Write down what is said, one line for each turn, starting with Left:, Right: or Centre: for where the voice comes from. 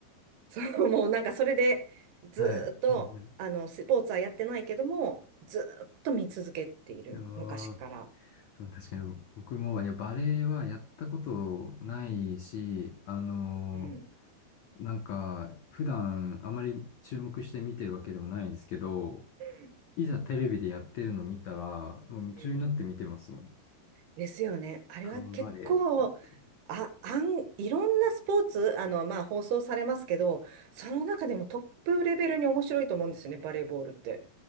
Right: <laughs> そうもうなんかそれで、ずーっと、
Left: はい。うん
Right: あの、スポーツはやってないけども、ずーっと見続けている、
Left: うん。
Right: 昔から。
Left: ああ。その確かに僕も、いや、バレエはやったことないし、あの
Right: うん。
Left: なんか、普段あまり注目して見てるわけでもないんですけど、
Right: うん。
Left: いざテレビでやってるの見たら、もう夢中になって見てますもん。
Right: うんですよね。あれは結構、
Left: 頑張れって言って。
Right: あ、あん、いろんなスポーツ、あの、まあ、放送されますけど、その中でもトップレベルに面白いと思うんですよね、バレーボールって。